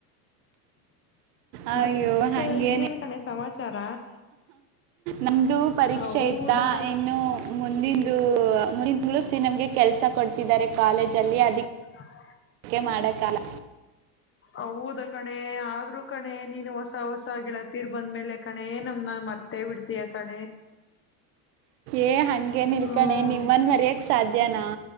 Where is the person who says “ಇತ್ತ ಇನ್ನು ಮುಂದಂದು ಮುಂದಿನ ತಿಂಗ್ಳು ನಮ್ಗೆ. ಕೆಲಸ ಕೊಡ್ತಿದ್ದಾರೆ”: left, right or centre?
Right